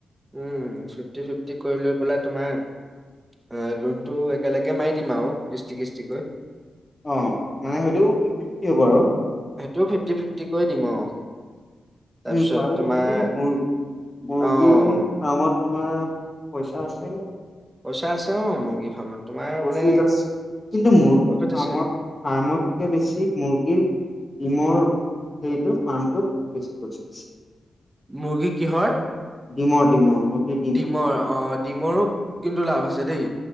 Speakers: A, on the right; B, on the left.
A: উম ফিফটি ফিফটি কৰি লৈ পেলাই তোমাৰ অহ লোনটো একেলগে মাৰি দিম আৰু কিস্তি কিস্তিকৈ
B: অ মানে হয়টো ফিফট ফিফটি হ'ব আৰু
A: সেইটোও ফিফটি ফিফটি কৰি দিম অ তাৰপিছত
B: উম পাৰি
A: তোমাৰ
B: কেনেকি মুৰ্গ মুৰ্গীৰ
A: অ'।
B: ফ্ৰামত তোমাৰ পইচা আছে।
A: পইচা আছে অ মুৰ্গী ফাৰ্মত তোমাৰ
B: প্ৰচু
A: মানে
B: আছে কিন্তু মুৰ্গী
A: প্ৰফিট
B: ফাৰ্মত
A: আছে।
B: ফাৰ্মতকে বেছি মুৰ্গীৰ। ইমৰ হেৰিটো ফাৰ্মটোত বেছি কৰি
A: মুৰ্গী কিহৰ
B: ডিমৰ মুৰ্গীৰ ডিম
A: ডিমৰ অ ডিমৰো কিন্তু লাভ আছে দেই